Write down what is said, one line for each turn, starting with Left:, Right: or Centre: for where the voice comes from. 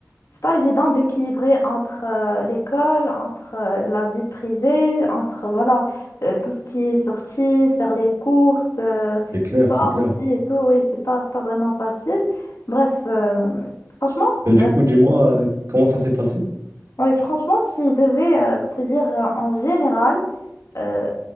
Left: c'est pas évident d'équilibrer entre euh, l'école, entre euh, la vie privée, entre voilà, euh, tout ce qui est sortie, faire les courses, euh,
Right: C'est clair,
Left: sport
Right: c'est clair.
Left: aussi et tout. Oui, c'est pas, c'est pas vraiment facile. Bref, euh, franchement,
Right: Euh, du
Left: euh,
Right: coup, dis-moi, euh, comment ça s'est passé?
Left: oui, franchement, si je devais euh, te dire euh, en général, euh,